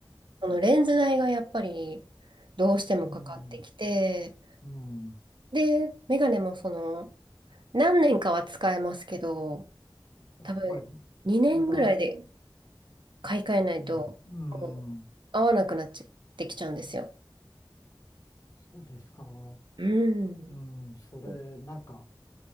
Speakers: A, on the right; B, on the left.
A: このレンズ代がやっぱりどうしてもかかってきて、
B: うん。うん。
A: で、メガネもその、何年かは使えますけど、
B: やっぱり、
A: 多分2年ぐらいで
B: または、
A: 買い替えないと、
B: うん。う
A: もう合わなくなっちゃってきちゃうんですよ。
B: ん。そうですか。
A: うん。
B: うん。それ、
A: うん
B: なんか、